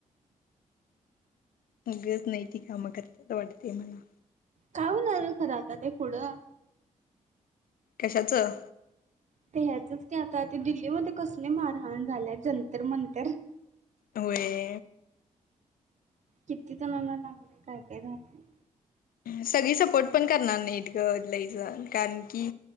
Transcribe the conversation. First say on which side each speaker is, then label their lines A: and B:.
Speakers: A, on the left; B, on the right.
A: गज नाही त कामं करत वाटते मला
B: का होणार र खरं आता ते पुढं
A: कशाचं
B: तर ह्याचच ते आता ते दिल्लीमध्ये कसले मारहाण झाल्या जंतर मंतर
A: होय
B: किती जणाला लागलं काय काय झालं
A: सगळी सपोर्ट पण करणार नाही इतकं लईच कारण की